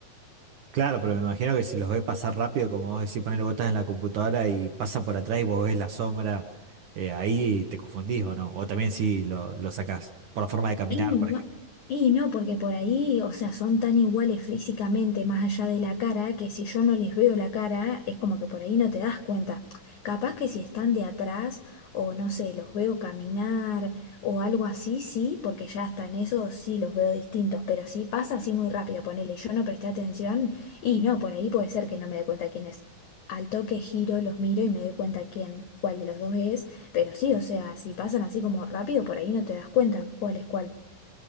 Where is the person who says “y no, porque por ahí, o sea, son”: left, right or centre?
Left